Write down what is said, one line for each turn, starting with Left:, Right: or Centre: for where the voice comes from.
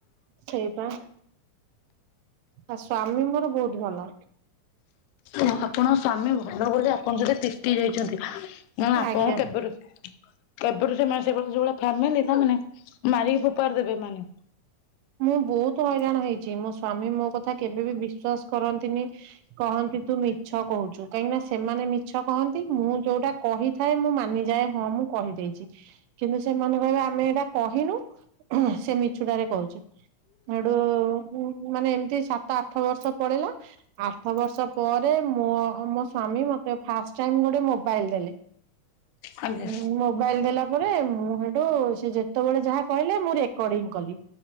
Right: ସେଇବା ଆ ସ୍ଵାମୀ ମୋର ବହୁତ ଭଲ।
Left: ଆପଣଙ୍କ ସ୍ଵାମୀ ଭଲ ବୋଲି ଆପଣ ସେଠି ତିଷ୍ଟି ଯାଇଛନ୍ତି ନହେଲେ ଆପଣ
Right: ଆଜ୍ଞା।
Left: କେବେଠୁ ଏପତେ ସେମାନେ ସେ ଯୋଭଳିଆ ଫାମିଲି ସେମାନେ ମାରିକି ଫୋପାଡି ଦେବେ ଏମାନେ।
Right: ମୁଁ ବହୁତ ହଇରାଣ ହେଇଛି ମୋ ସ୍ଵାମୀ ମୋ କଥା କେବେ ବି ବିଶ୍ଵାସ କରନ୍ତିନି। କହନ୍ତି ତୁ ମିଛ କହୁଛୁ କାହିଁକି ନା ସେମାନେ ମିଛ କହନ୍ତି ମୁଁ ଯୋଉଟା କହି କହିଥାଏ ମୁଁ ମାନିଯାଏ, ହଁ ମୁଁ କହିଦେଇଛି। କିନ୍ତୁ ସେମାନେ କହିବେ ଆମେ ଏଇଟା କହିନୁ ସେ ମିଛୁଟାରେ କହୁଛି। ଏଠୁ ମାନେ ଏମିତି ସାତ ଆଠ ବର୍ଷ ପଳିଲା ଆଠ ବର୍ଷ ପରେ ମୋ ମୋ ସ୍ଵାମୀ ମତେ ଫାଷ୍ଟ ଟାଇମ୍ ଗୋଟେ ମୋବାଇଲ ଦେଲେ।
Left: ଆଜ୍ଞା।
Right: ହୁଁ <unintelligible> ମୋବାଇଲ ଦେଲା ପରେ ମୁଁ ସେଇଠୁ ସେ ଯେତେବେଳେ ଯାହା କହିଲେ ମୁଁ ରେକର୍ଡିଙ୍ଗ କଲି।